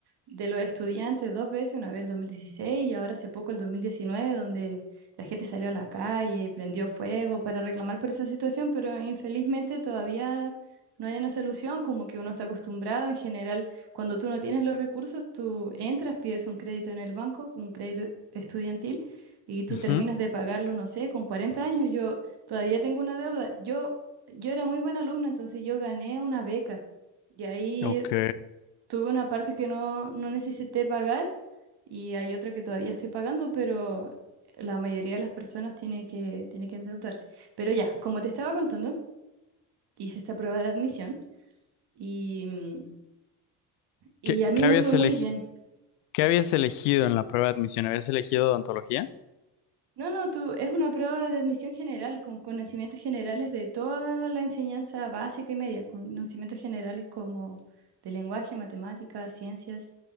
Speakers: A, on the right; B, on the left.
A: de los estudiantes dos veces, una vez el 2016 y ahora hace poco el 2019, donde la gente salió a la calle, prendió fuego para reclamar por esa situación, pero infelizmente todavía no hay una solución, como que uno está acostumbrado en general, cuando tú no tienes los recursos, tú entras, pides un crédito en el banco, un crédito estudiantil. Y tú
B: Ujú,
A: terminas de pagarlo, no sé, con 40 años. Yo todavía tengo una deuda. Yo, yo era muy buena alumna, entonces yo gané una beca. Y ahí
B: Ok.
A: Tuve una parte que no, no necesité pagar y hay otra que todavía estoy pagando, pero la mayoría de las personas tiene que, tiene que endeudarse. Pero ya, como te estaba contando, hice esta prueba de admisión y, mm, y
B: ¿Qué,
A: a mí
B: qué
A: me
B: habías
A: fue muy
B: elegi-
A: bien.
B: qué habías elegido en la prueba de admisión? ¿Habías elegido odontología?
A: No, no, tú, es una prueba de admisión general, con conocimientos generales de toda la enseñanza básica y media, con conocimientos generales como de lenguaje, matemáticas, ciencias.